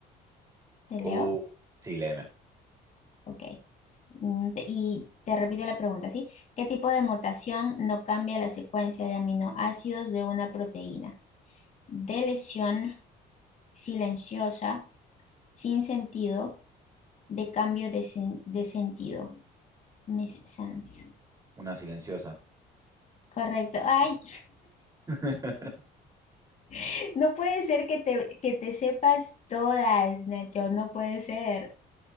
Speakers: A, on the left; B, on the right.
A: ¿Te
B: Oh,
A: leo?
B: sí, la M.
A: Ok. Mm, te- Y te repito la pregunta, ¿sí? ¿Qué tipo de mutación no cambia la secuencia de aminoácidos de una proteína? De lesión, silenciosa, sin sentido, de cambio de, sen- de sentido. Miss Sans.
B: Una silenciosa.
A: Correcto. Ay,
B: <laughs>
A: <laughs> no puede ser que te, que te sepas todas, Nacho, no puede ser.